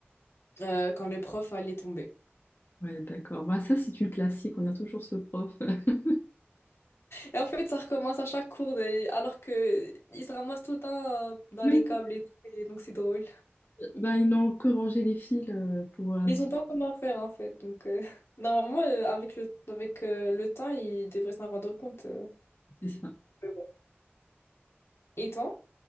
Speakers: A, on the left (about 70°); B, on the left (about 55°).
A: euh, quand le prof allait tomber.
B: Ouais, d'accord. Bah, ça, c'est une classique. On a toujours ce prof. <laughs>
A: Et en fait, ça recommence à chaque cours, de- alors que ils se ramassent tout le temps euh, dans
B: Oui.
A: les câbles et tout, et donc c'est drôle.
B: Ben, ils n'ont que rangé les fils euh, pour un
A: Ils
B: petit
A: ont pas comment faire en fait, donc euh, <laughs> normalement euh, avec le avec euh, le temps, ils devraient s'en rendre compte. euh.
B: peu, c'est ça.
A: Mais bon. Et toi?